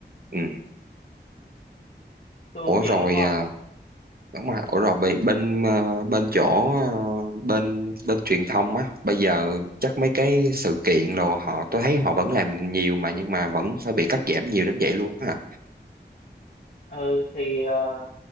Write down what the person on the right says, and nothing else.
ừ.
ủa
rồi
à, đúng rồi ủa rồi vậy bên à, bên chỗ à, bên bên truyền thông á bây giờ chắc mấy cái sự kiện rồi họ tôi thấy họ vẫn làm nhiều mà nhưng mà vẫn phải bị cắt giảm nhiều đến vậy luôn á hả?